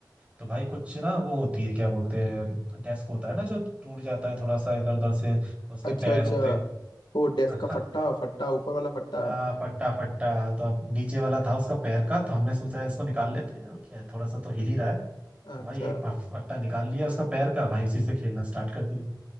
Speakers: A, on the right (about 15°); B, on the left (about 85°).
A: तो भाई कुछ ना वो होती है क्या बोलते हैं डेस्क होता है ना जो टूट जाता है थोड़ा सा इधर उधर से उसके
B: अच्छा
A: पैर
B: अच्छा
A: होते हैं
B: वो डेस्क का
A: हाँ
B: फट्टा फट्टा ऊपर वाला फट्टा
A: हाँ, फट्टा फट्टा तो अब नीचे वाला था उसका पैर का तो हमने सोचा इसको निकाल लेते हैं और क्या है, थोड़ा सा तो हिल ही रहा है
B: अच्छा
A: तो भाई एक फ- फट्टा निकाल लिया उसका पैर का भाई उसी से खेलना स्टार्ट कर दिया